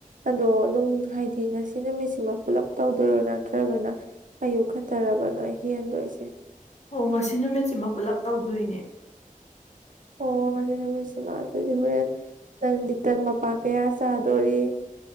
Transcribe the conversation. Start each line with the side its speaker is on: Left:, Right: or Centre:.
Right: ꯑꯗꯣ ꯅꯨꯡ ꯍꯥꯏꯗꯤ ꯉꯁꯤ ꯅꯨꯃꯤꯠꯁꯤꯃꯛ ꯄꯨꯂꯞ ꯇꯧꯗꯣꯏꯔꯣ ꯅꯠꯇ꯭ꯔꯒꯅ ꯑꯌꯨꯛ ꯈꯠꯇꯔꯕ ꯅꯣꯏ ꯍꯦꯟꯗꯣꯏꯁꯦ
Left: ꯑꯣ ꯉꯁꯤ ꯅꯨꯃꯤꯠꯁꯤꯃ ꯄꯨꯂꯞ ꯇꯧꯗꯣꯏꯅꯦ
Right: ꯑꯣ ꯉꯁꯤ ꯅꯨꯃꯤꯠꯁꯤꯃ ꯑꯗꯨꯗꯤ ꯍꯣꯔꯦꯟ ꯅꯪ ꯗꯤ ꯇꯟ ꯃꯄꯥꯛ ꯀꯌꯥ ꯆꯥꯗꯣꯔꯤ